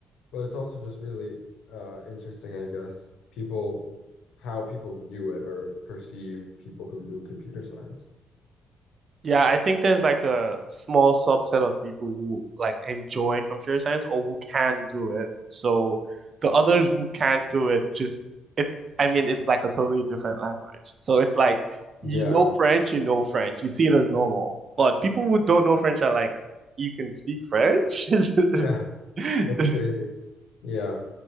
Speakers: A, on the left; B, on the right.
A: but it's also just really uh interesting, I guess. People how people view it or perceive people who do computer science.
B: Yeah, I think there's like a small subset of people who like enjoy computer science or who can do it. So the others who can't do it just it's I mean it's like a totally different language. So it's like you
A: Yeah.
B: know French, you know French. You see it as normal. But people who don't know French are like, you can speak French?
A: Yeah.
B: <laughs>
A: That's crazy. Yeah.